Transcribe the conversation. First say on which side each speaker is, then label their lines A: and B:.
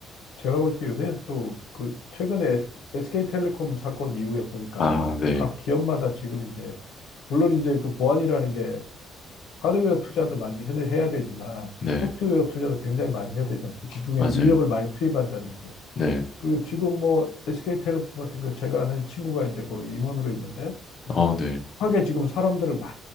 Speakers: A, on the left; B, on the left.
A: 제가 볼 때 요새는 또 그 최근에 SK텔레콤 사건 이후에 보니까
B: 아, 네,
A: 각 기업마다 지금 이제 물론 이제 그 보안이라는 게 하드웨어 투자도 많이 해- 해야 되지만
B: 네,
A: 소프트웨어 투자도 굉장히 많이 해야 되잖아요. 그중에
B: 맞아요.
A: 인력을 많이 투입한다든지.
B: 네.
A: 그 지금 뭐 SK텔레콤 같은 거 제가 아는 친구가 이제 거기 임원으로 있는데
B: 아, 네.
A: 확에 지금 사람들을 막